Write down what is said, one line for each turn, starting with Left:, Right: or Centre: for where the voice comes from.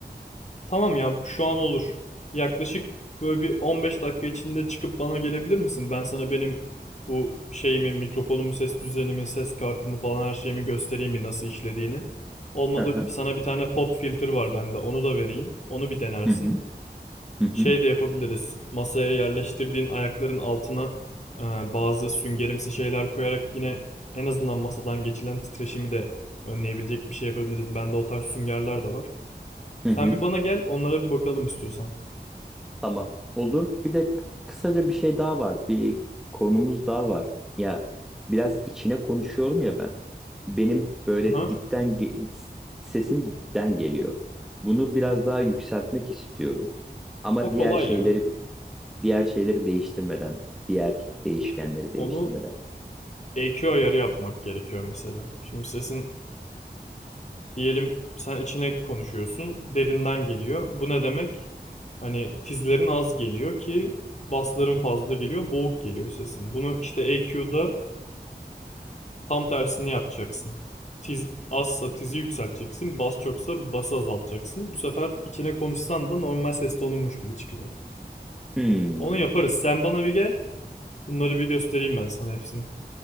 Left: Tamam ya şu an olur. Yaklaşık böyle bir 15 dakika içinde çıkıp bana gelebilir misin? Ben sana benim bu şeyimi, mikrofonumu, ses düzenimi, ses kartımı falan her şeyimi göstereyim bir nasıl işlediğini. Olmadı
Centre: Hı hı.
Left: sana bir tane pop filter var bende onu da vereyim. Onu bir denersin.
Centre: Hı hı. Hı hı.
Left: Şey de yapabiliriz. Masaya yerleştirdiğin ayakların altına e, bazı süngerimsi şeyler koyarak yine en azından masadan geçilen titreşimi de önleyebilecek bir şey yapabiliriz. Bende o tarz süngerler de var.
Centre: Hı
Left: Sen
Centre: hı.
Left: bir bana gel, onlara bir bakalım istiyorsan.
Centre: Tamam. Olur. Bir de kısaca bir şey daha var. Bir konumuz daha var. Ya biraz içine konuşuyorum ya ben. Benim böyle
Left: Aha.
Centre: dipten ge- sesim dipten geliyor. Bunu biraz daha yükseltmek istiyorum. Ama
Left: O
Centre: diğer
Left: kolay
Centre: şeyleri
Left: ya.
Centre: diğer şeyleri değiştirmeden, diğer değişkenleri
Left: İşte
Centre: değiştirmeden.
Left: onu EQ ayarı yapmak gerekiyor mesela. Şimdi sesin Diyelim sen içine konuşuyorsun, derinden geliyor. Bu ne demek? Hani tizlerin az geliyor ki basların fazla geliyor, boğuk geliyor sesin. Bunu işte EQ'da tam tersini yapacaksın. Tiz azsa tizi yükselteceksin, bas çoksa bası azaltacaksın. Bu sefer içine konuşsan da normal ses tonunmuş gibi çıkacak.
Centre: Hmm,
Left: Onu yaparız. Sen bana bir gel. Bunları bir göstereyim ben sana hepsini.